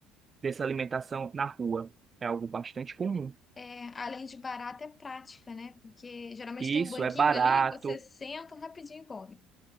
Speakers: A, on the right; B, on the left.
A: dessa alimentação na rua. É algo bastante comum.
B: É, além de barato, é prática, né? Porque geralmente
A: E
B: tem um
A: isso
B: banquinho
A: é barato
B: ali, você senta rapidinho e come.